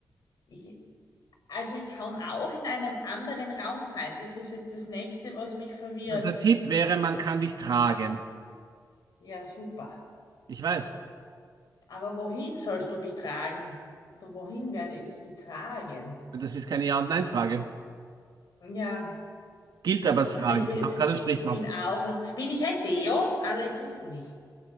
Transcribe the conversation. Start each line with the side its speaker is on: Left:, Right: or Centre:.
Left: Ich, also ich kann auch in einem anderen Raum sein. Das ist jetzt das Nächste, was mich verwirrt.
Right: Na, Der Tipp wäre, man kann dich tragen.
Left: Ja, super.
Right: Ich weiß.
Left: Aber wohin sollst du mich tragen? Oder wohin werde ich getragen?
Right: Das ist keine Ja- und Nein-Frage.
Left: Ja,
Right: Gilt aber als
Left: bin,
Right: Frage.
Left: ich bin,
Right: Ich habe gerade einen Strich
Left: ich
Right: gemacht.
Left: bin auch, bin ich ein Deo? Also ich durfte nicht.